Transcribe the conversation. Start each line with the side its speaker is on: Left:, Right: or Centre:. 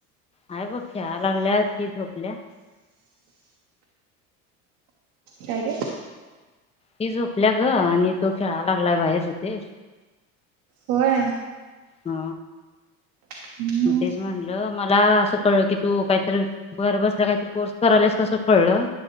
Left: आहेय बघ ख्या लागल्याी झोपल्या
Right: काय काे
Left: ती झोपल्या ग आणि तो खेळाला लागलाय बाहेरच इिथे
Right: होय
Left: हा
Right: हम्म
Left: मग तेच म्हणलं मला असं कळलं की तू काहीतरी घर बसल्या काहीतरी कोर्स करालास असं कळलं